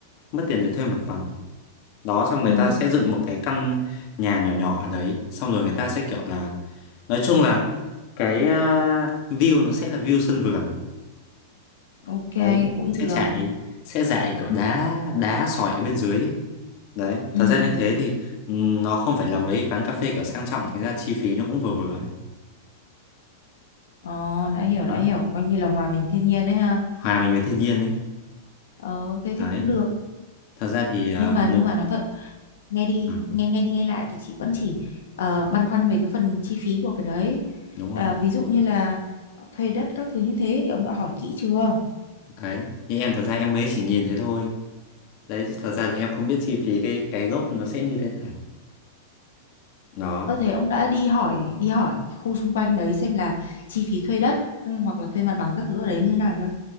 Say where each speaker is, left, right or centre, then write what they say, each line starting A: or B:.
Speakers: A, on the left; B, on the left.
A: mất tiền để thuê mặt bằng đó xong người
B: ừ
A: ta sẽ dựng một cái căn nhà nhỏ nhỏ ở đấy xong rồi người ta sẽ kiểu là nói chung là cái ờ, view nó sẽ là view sân vườn
B: ok
A: đấy
B: cũng
A: sẽ
B: được
A: chạy sẽ dạy kiểu đá đá sỏi ở bên dưới ấy. đấy
B: ừ
A: thật ra như thế thì ừm, nó không phải là mấy quán cà phê kiểu sang trọng thành ra chi phí nó cũng vừa vừa ấy
B: ờ, đã hiểu
A: đó.
B: đã hiểu coi như là hòa mình thiên nhiên đấy ha
A: hòa mình với thiên nhiên ấy
B: ờ, thế
A: đấy
B: thì cũng được
A: Thật ra thì ờ,
B: nhưng mà nhưng
A: một
B: mà nói thật nghe đi
A: ừ,
B: nghe nghe đi nghe lại thì chị vẫn chỉ ờ, băn khoăn về cái phần chi phí của cái đấy
A: đúng rồi
B: à, ví dụ như là thuê đất các thứ như thế thì ông đã hỏi kỹ chưa
A: đấy như em thật ra em mới chỉ nhìn thế thôi đấy thật ra là em không biết chi phí cái cái gốc nó sẽ như thế nào đó
B: Ơ thế ông đã đi hỏi đi hỏi khu xung quanh đấy xem là chi phí thuê đất ừ, hoặc là thuê mặt bằng các thứ ở đấy như nào chưa?